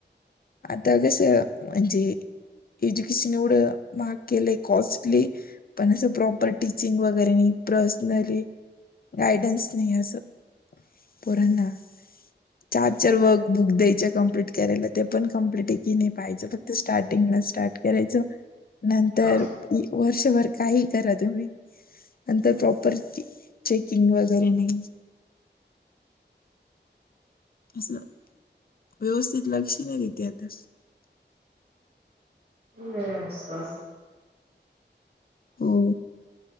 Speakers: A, on the left (about 55°); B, on the right (about 60°).
A: आता कसं म्हणजे एज्युकेशन एवढं महाग केलय कॉस्टली पण असं प्रॉपर टिचिंग व गैरे नाही पर्सनली गायडन्स नाही असं. पोरांना चार चार वर्क बुक द्यायच्या कम्प्लीट करायला त्या पण कंप्लिट आहे की नाही पाहायचं फक्त स्टार्टिंगला स्टार्ट करायचं नंतर
B: हा
A: इ वर्षभर काही करा तुम्ही नंतर
B: काही
A: प्रॉपर टी चेकिंग वगैरे नाही. असं व्यवस्थित लक्ष नाहीे देती आता.
B: <unintelligible>
A: हो.